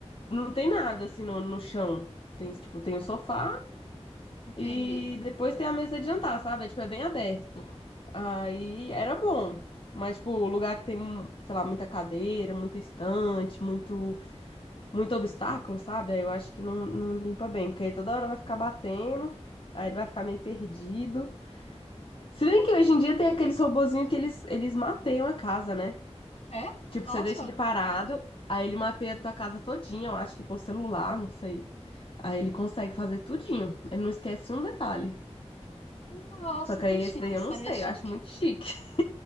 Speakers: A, on the left; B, on the left.
A: não tem nada assim no, no chão. Tem, tipo, tem o sofá
B: entendi.
A: e depois tem a mesa de jantar, sabe? É, tipo, é bem aberto. Aí era bom. Mas, tipo, o lugar que tem, sei lá, muita cadeira, muita estante, muito muito obstáculo, sabe? Aí eu acho que não, não limpa bem, porque aí toda hora vai ficar batendo, aí ele vai ficar meio perdido. Se bem que hoje em dia tem aqueles robozinhos que eles, eles mapeiam a casa, né?
B: É?
A: Tipo,
B: Nossa,
A: você deixa ele parado, aí ele mapeia a tua casa todinha, eu acho que com celular, não sei. Aí ele consegue fazer tudinho. Ele não esquece um detalhe.
B: nossa,
A: Só que aí
B: que chique.
A: esse daí eu
B: Isso
A: não
B: aí
A: sei,
B: é chique.
A: eu acho muito chique. <laughs>